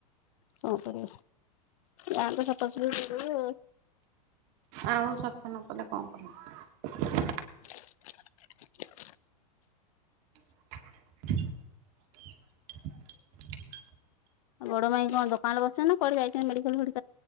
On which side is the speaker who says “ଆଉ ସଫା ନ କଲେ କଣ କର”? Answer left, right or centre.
Right